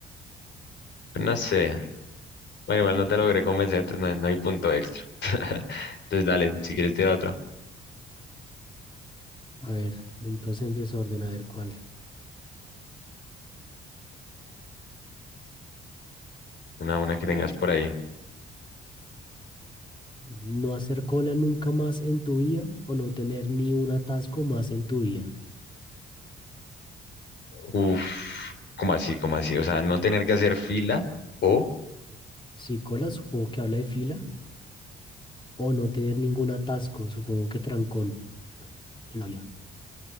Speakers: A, on the left; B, on the left.
A: pues no sé. Bueno, igual no te logré convencer, entonces no hay, no hay punto extra. <laughs> Entonces dale, si quieres tirar otra,
B: A ver, entonces en desorden, a ver cuál.
A: una, una que tengas por ahí.
B: No hacer cola nunca más en tu vida o no tener ni un atasco más en tu vida.
A: Uf, como así, como así, o sea, no tener que hacer fila o
B: Si cola, supongo que habla de fila, o no tener ningún atasco, supongo que trancón en la vida.